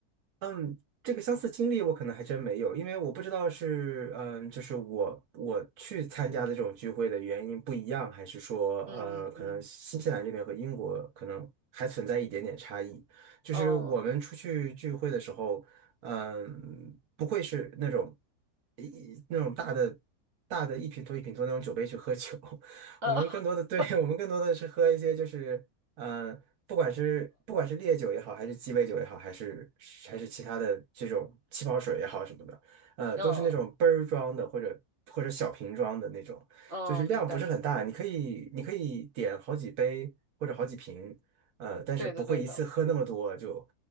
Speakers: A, on the right (about 75°); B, on the right (about 55°).
A: 嗯，这个相似经历我可能还真没有，因为我不知道是嗯，就是我我去参加的这种聚会的原因不一样，还是说呃，
B: 嗯嗯嗯
A: 可能新西兰这边和英国可能还存在一点点差异。就是我们出去聚会的时候，
B: 呃
A: 嗯，不会是那种一一那种大的大的一品托一品托那种酒杯去喝酒，<laughs>
B: <laughs>
A: 我们更多的对 <laughs> 我们更多的是喝一些就是呃，不管是不管是烈酒也好，还是鸡尾酒也好，还是还是其他的这种气泡水也好什么的，呃，
B: 嗯
A: 都是那种杯儿装的或者或者小瓶装的那种，
B: 嗯，
A: 就是量不是很大，
B: 明白明白，
A: 你可以你可以点好几杯或者好几瓶，呃，但是不会一次喝那么多就，
B: 对的对的，